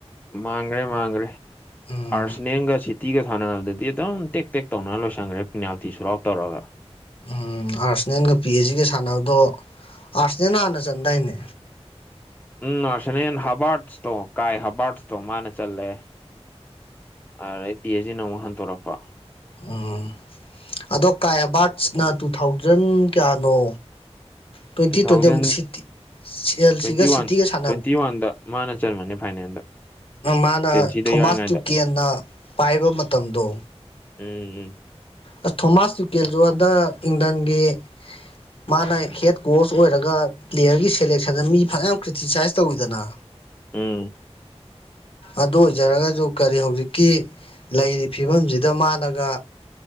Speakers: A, on the left; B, on the left.
A: ꯃꯥꯡꯒꯔꯦ ꯃꯥꯡꯒꯔꯦ
B: ꯎꯝ
A: ꯑꯥꯔꯁꯅꯦꯟꯒ ꯁꯤꯇꯤꯒ ꯁꯥꯟꯅꯅꯕꯗꯗꯤ ꯑꯗꯨꯝ ꯇꯦꯛ ꯇꯦꯛ ꯇꯧꯅ ꯂꯣꯏꯁꯟꯈ꯭ꯔꯦ ꯄꯤꯅꯥꯜꯇꯤ ꯁꯨꯠ ꯑꯥꯎꯠ ꯇꯧꯔꯒ
B: ꯎ ꯑꯥꯔꯁꯅꯦꯜꯒ ꯄꯤ ꯑꯩꯆ ꯖꯤꯒ ꯁꯥꯟꯅꯕꯗꯣ ꯑꯥꯔꯁꯅꯦꯜ ꯍꯥꯟꯅ ꯆꯟꯗꯥꯏꯅꯦ
A: ꯎꯝ ꯑꯁꯅꯦꯟ ꯍꯥꯕꯥꯔꯠꯁꯇꯣ ꯀꯥꯏ ꯍꯥꯕꯥꯔꯠꯁꯇꯣ ꯃꯥꯅ ꯆꯜꯂꯦ ꯑ ꯑꯩ ꯄꯤ ꯑꯩꯆ ꯅ ꯑꯃꯨꯛ ꯍꯟꯇꯣꯔꯛꯄ
B: ꯎꯝ ꯑꯗꯣ ꯀꯥꯏꯑꯕꯥꯔꯠꯁꯅ ꯇꯨ ꯊꯥꯎꯖꯟ ꯀꯌꯥꯅꯣ twenty
A: two thousand
B: twenty city C L
A: ꯇ꯭ꯋꯦꯟꯇꯤ
B: ꯁꯤꯒ ꯁꯤꯇꯤꯒ
A: ꯋꯥꯟ
B: ꯁꯥꯟꯅꯕ
A: ꯇ꯭ꯋꯦꯟꯇꯤ ꯋꯥꯟꯗ ꯃꯥꯅ ꯆꯟꯕꯅꯤ ꯐꯥꯏꯅꯦꯜꯗ
B: ꯃꯥꯅ
A: ꯆꯦꯜꯁꯤꯗ
B: ꯊꯣꯃꯥꯁ
A: ꯌꯥꯎꯔꯤꯉꯩꯗ
B: ꯇꯨꯀꯦꯟꯅ ꯄꯥꯏꯕ ꯃꯇꯝꯗꯣ
A: ꯎꯝ ꯎꯝ
B: ꯑꯁ ꯊꯣꯃꯥꯁ ꯇꯤꯨꯀꯦꯜꯁꯨ ꯍꯟꯗꯛ ꯏꯪꯂꯪꯂꯟꯒꯤ ꯃꯥꯅ ꯍꯦꯠ ꯀꯣꯁ ꯑꯣꯏꯔꯒ ꯄ꯭ꯂꯦꯌꯔꯒꯤ ꯁꯦꯂꯦꯛꯁꯟꯗ ꯃꯤ ꯐꯅꯌꯥꯝ ꯀ꯭ꯔꯤꯇꯤꯁꯥꯏꯁ ꯇꯧꯋꯤꯗꯅ
A: ꯎꯝ
B: ꯑꯗꯨ ꯑꯣꯏꯖꯔꯒꯁꯨ ꯀꯔꯤ ꯍꯧꯖꯤꯛꯀꯤ ꯂꯩꯔꯤꯕ ꯐꯤꯕꯝꯁꯤꯗ ꯃꯥꯅꯒ